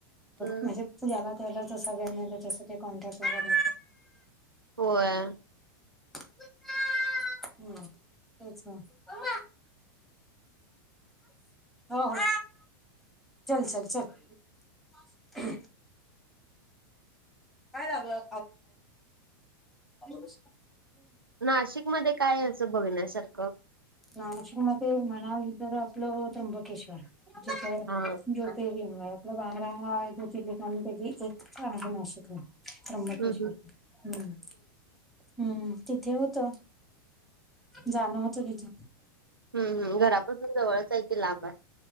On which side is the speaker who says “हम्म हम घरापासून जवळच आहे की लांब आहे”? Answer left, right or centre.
Right